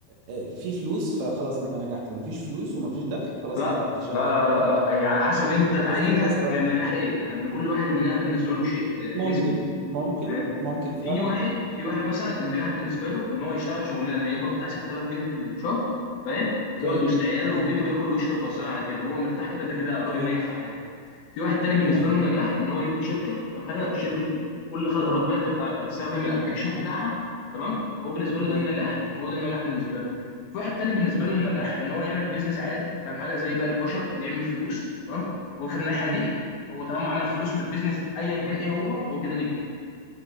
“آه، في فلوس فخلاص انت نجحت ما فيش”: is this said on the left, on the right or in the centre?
Right